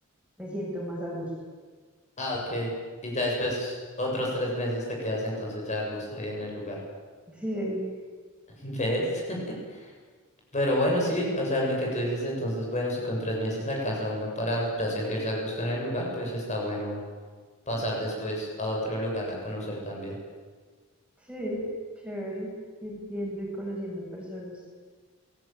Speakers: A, in the centre; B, on the left.
A: me siento más a gusto.
B: Ah, ok. Y ya después otros tres meses te quedas entonces ya a gusto ahí en el lugar.
A: Sí,
B: <laughs> ¿Ves? <laughs> Pero bueno, sí, o sea, lo que tú dices entonces, bueno, si con tres meses alcanza uno para ya sentirse a gusto en el lugar, pues está bueno pasar después a otro lugar a conocer también.
A: sí, <laughs> chévere, ir viendo y conociendo personas.